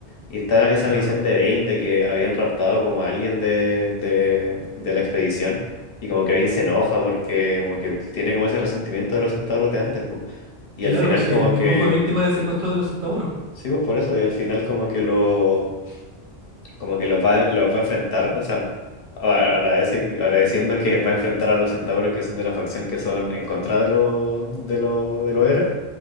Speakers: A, on the left (about 65°); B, on the right (about 55°).
A: Y está
B: claro.
A: esa misión de Bane de que habían raptado como a alguien de, de, de la expedición. Y como que Bane se enoja porque como que tiene como ese resentimiento de los centauros de antes, pues. Y
B: Claro,
A: al final
B: pues si
A: como
B: él mismo
A: que...
B: fue víctima del secuestro de los centauros, pues.
A: Sí, pues por eso. Y al final como que lo... Como que los va, los va a enfrentar. O sea, a- agradece, agradeciendo que va a enfrentar a los centauros que son de la facción que son en contra de los de los de los héroes.